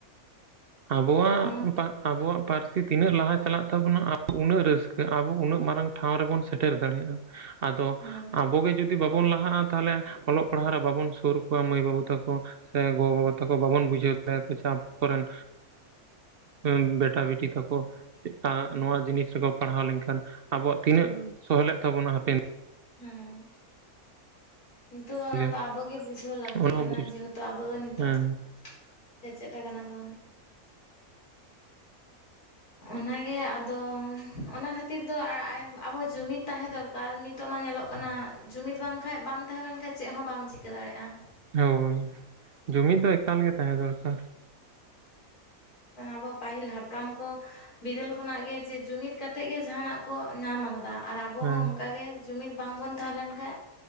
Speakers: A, on the right; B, on the left.
A: ᱟᱵᱚᱣᱟᱜ
B: ᱛᱚ ᱚᱱᱟ
A: ᱯᱟ ᱟᱵᱚᱣᱟᱜ ᱯᱟᱹᱨᱥᱤ ᱛᱤᱱᱟᱹᱜ ᱞᱟᱦᱟ ᱪᱟᱞᱟᱜ ᱛᱟᱵᱚᱱᱟ ᱟᱵᱚ ᱩᱱᱟᱹᱜ ᱨᱟᱹᱥᱠᱟᱹ ᱟᱵᱚ ᱩᱱᱟᱹᱜ ᱢᱟᱨᱟᱝ ᱴᱷᱟᱶ ᱨᱮᱵᱚᱱ ᱥᱮᱴᱮᱨ ᱫᱟᱲᱮᱭᱟᱜᱼᱟ ᱾ ᱟᱫᱚ
B: ᱦᱮᱸ
A: ᱟᱵᱚ ᱜᱮ ᱡᱩᱫᱤ ᱡᱩᱫᱤ ᱵᱟᱵᱚᱱ ᱞᱟᱦᱟᱜᱼᱟ ᱛᱟᱦᱚᱞᱮ ᱚᱞᱚᱜ ᱯᱟᱲᱦᱟᱣ ᱨᱮ ᱵᱟᱵᱚᱱ ᱥᱩᱨ ᱠᱚᱣᱟ ᱢᱟᱹᱭ ᱵᱟᱹᱵᱩ ᱛᱟᱠᱚ ᱾ ᱥᱮ ᱜᱚᱼᱵᱟᱵᱟ ᱛᱟᱠᱚ ᱵᱟᱵᱚᱱ ᱵᱩᱡᱷᱟᱹᱣ <inaudible> ᱟᱵᱚ ᱠᱚ ᱨᱮᱱ ᱦᱮᱸ ᱵᱮᱴᱟ ᱵᱮᱴᱤ ᱛᱟᱠᱚ ᱾ <unintelligible> ᱱᱚᱣᱟ ᱡᱤᱱᱤᱥ ᱨᱮ ᱠᱚ ᱯᱟᱲᱦᱟᱣ ᱞᱮᱱ ᱠᱷᱟᱱ ᱟᱵᱚᱣᱟᱜ ᱛᱤᱱᱟᱹᱜ ᱥᱚᱦᱞᱮᱜ ᱛᱟᱵᱚᱱᱟ ᱦᱟᱯᱮᱱ
B: ᱦᱮᱸ ᱾ ᱱᱤᱛᱚᱜ ᱫᱚ ᱚᱱᱟ
A: ᱫᱤᱱᱨᱮ
B: ᱫᱚ ᱟᱵᱚᱜ ᱜᱮ ᱵᱩᱡᱷᱟᱹᱣ ᱞᱟᱹᱠᱛᱤ
A: ᱚᱱᱟ ᱦᱚᱸ
B: ᱠᱟᱱᱟ
A: ᱵᱩᱡ
B: ᱡᱮᱦᱮᱛᱩ ᱟᱵᱚ ᱫᱚ ᱱᱤᱛᱚᱜ
A: ᱦᱮᱸ
B: ᱥᱮᱪᱮᱫ ᱟᱠᱟᱱᱟ ᱵᱚᱱ ᱾ ᱚᱱᱟ ᱜᱮ ᱟᱫᱚ ᱚᱱᱟ ᱠᱷᱟᱹᱛᱤᱨ ᱫᱚ ᱟᱵᱚ ᱡᱩᱢᱤᱫ ᱛᱟᱦᱮᱸ ᱫᱚᱨᱠᱟᱨ ᱾ ᱟᱨ ᱱᱤᱛᱚᱜ ᱢᱟ ᱧᱮᱞᱚᱜ ᱠᱟᱱᱟ ᱡᱩᱢᱤᱫ ᱵᱟᱝᱠᱷᱟᱡ ᱵᱟᱢ ᱛᱟᱦᱮᱸ ᱞᱮᱱ ᱠᱷᱟᱱ ᱪᱮᱫ ᱦᱚᱸ ᱵᱟᱢ ᱪᱤᱠᱟᱹ ᱫᱟᱲᱮᱭᱟᱜᱼᱟ ᱾
A: ᱦᱳᱭ, ᱡᱩᱢᱤᱫ ᱫᱚ ᱮᱠᱟᱞ ᱜᱮ ᱛᱟᱦᱮᱸ ᱫᱚᱨᱠᱟᱨ ᱾
B: ᱦᱮᱸ ᱟᱵᱚ ᱯᱟᱹᱦᱤᱞ ᱦᱟᱯᱲᱟᱢ ᱠᱚ ᱵᱤᱫᱟᱹᱞ ᱠᱷᱚᱱᱟᱜ ᱜᱮ ᱡᱮ ᱡᱩᱢᱤᱫ ᱠᱟᱛᱮᱫ ᱜᱮ ᱡᱟᱦᱟᱱᱟᱜ ᱠᱚ ᱧᱟᱢ ᱟᱠᱟᱫᱟ ᱾ ᱟᱨ ᱟᱵᱚ
A: ᱦᱮᱸ
B: ᱦᱚᱸ ᱚᱱᱠᱟ ᱜᱮ ᱡᱩᱢᱤᱫ ᱵᱟᱝ ᱵᱚᱱ ᱛᱟᱦᱮᱸ ᱞᱮᱱ ᱠᱷᱟᱱ